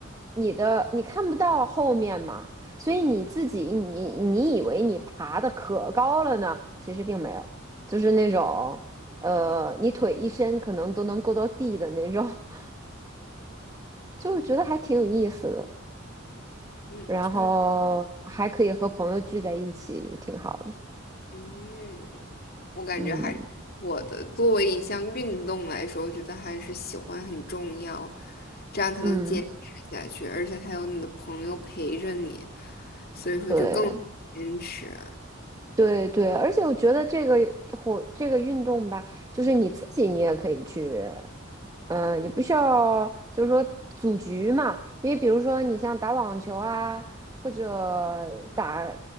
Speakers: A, on the right; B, on the left.
A: 你的，你看不到后面嘛，所以你自己你你以为你爬的可高了呢，其实并没有，就是那种呃，你腿一伸可能都能够到地的那种，<laughs> 就觉得还挺有意思的，
B: 嗯听
A: 然后还可以和朋友聚在一起，就挺好的，
B: 嗯。我感觉还是我的作为一项运动来说，
A: 嗯
B: 我觉得还是喜欢很重要，这样才能坚持下去，
A: 嗯。
B: 而且还有你的朋友陪着你，所以说就更坚持，
A: 对对对，而且我觉得这个活这个运动吧，就是你自己你也可以去，嗯，你不需要就是说组局嘛，因为比如说你像打网球啊，或者打